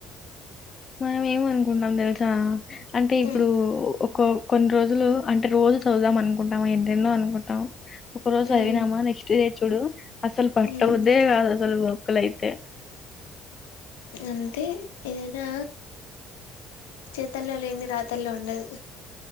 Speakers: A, on the left; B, on the left.
A: మనం ఏమనుకుంటాం తెలుసా అంటే ఇప్పుడు
B: హ్మ్
A: కో కొన్ని రోజులు అంటే రోజు చదుదాం అనుకుంటం ఎన్నెన్నో అనుకుంటాం ఒక రోజు
B: హ్మ్
A: చదివినామా నెక్స్ట్ డే చూడు అసల్ పట్టబుద్దె
B: హ్మ్
A: అసలు బుక్కులైతే
B: అంతే ఏదైనా చేతల్లో లేంది రాతల్లో ఉండదు.